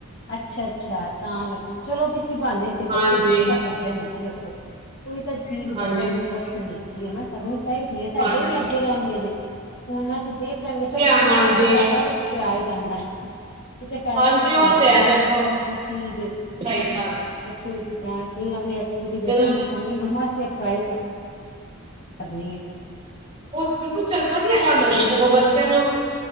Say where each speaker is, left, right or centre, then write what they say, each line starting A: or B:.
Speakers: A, on the left; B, on the right.
A: ਅੱਛਾ-ਅੱਛਾ ਤਾਂ ਲ ਚਲੋ ਕਿਸੇ ਬਾਨੇ ਸੀ
B: ਹਾਂਜੀ
A: ਬੱਚੇ ਕੁਛ ਤਾਂ ਕਰਦੇ ਨੇ ਨਾ ਦੇਖੋ। ਕੋਈ ਤਾਂ ਚੀਜ਼
B: ਹਾਂਜੀ
A: ਬੱਚਿਆਂ ਨੂੰ ਇੰਟਰਸਟਿੰਗ ਲੱਗਦ ਹੀ ਨਾ ਕਰਨੀ ਚਾਹੀਦੀ ਹੈ ਸਾਡੇ
B: ਹਾਂਜੀ
A: ਵੀ ਲੱਗੇ ਰੈਂਣਗੇ ਜੇ ਫੋਨਾ 'ਚ ਦੇਖ ਲੈ
B: ਤੇ
A: ਚਲੋ
B: ਹਾਂਜੀ
A: ਫੋਨਾਂ ਦਾ ਕੋਈ ਫਾਇਦਾ ਵੀ ਕਿਤੇ ਆ ਹੀ ਜਾਂਦਾ ਕਿਤੇ ਫਾਇਦਾ
B: ਹਾਂਜੀ
A: ਵੀ ਸਾਨੂੰ
B: ਉਹ ਤੇ
A: ਦਿ
B: ਹੈ
A: ਦਾ
B: ਦੇਖੋ
A: ਕੋਈ ਚੀਜ਼
B: ਸਹੀ ਗੱਲ ਹੈ
A: ਬੱਚੇ ਜਿੱਦ ਕੋਈ ਨਾ ਕੋਈ ਐਕਵਿਟੀ ਦੇਖਣਗੇ
B: ਜਦੋਂ
A: ਕੈਂਣਗੇ ਮੰਮਾ ਅਸੀ ਐ ਟਰਾਈ ਕਰ ਕਰਨੀ ਏ।
B: ਓ ਬਿਲਕੁਲ ਚਲ ਵਧੀਆ ਗੱਲ ਆਉਂਦੀ ਸਗੋਂ ਬੱਚਿਆਂ ਨੂੰ